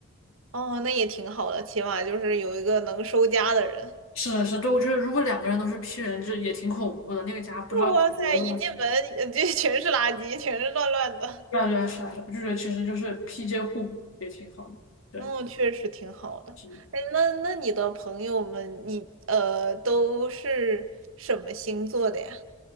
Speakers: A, on the right; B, on the left.
A: 哦，那也挺好的，起码就是有一个能收家的人。
B: 是的，是的，对，我觉得如果两个人都是 P 人制，也挺恐怖的，那个家不知道得多乱。
A: 哇塞，一进门呃这 <laughs> 全是垃圾，全是乱乱的。
B: 对啊，对啊，是啊，是啊，就觉得其实就是 PJ 互补也挺好的，对，
A: 嗯，确实挺好的。
B: 是的
A: 哎，那那你的朋友们，你呃都是什么星座的呀？